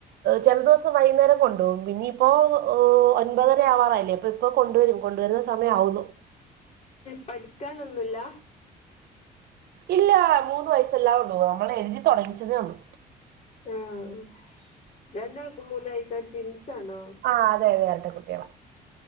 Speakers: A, on the right; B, on the left.
A: ചില ദിവസം വൈകുന്നേരം കൊണ്ട് പോകും പിന്ന ഇപ്പോ ഓഹ് ഒൻപതര ആവാറായില്ലേ ഇപ്പൊ ഇപ്പൊ കൊണ്ടുവരും കൊണ്ടുവരുന്ന സമയം ആകുന്നു
B: പഠിക്കാനൊന്നുമില്ല
A: ഇല്ല മൂന്ന് വയസ് ആവുള് നമ്മളെ എഴുതി തുടങ്ങിച്ചതേ ഉള്ളൂ
B: ആഹ് രണ്ടാൾക്ക് മൂന്ന് വയസ് ട്വിൻസ് ആണോ
A: ആഹ് അതെ അതെ ഇരട്ട കുട്ടികള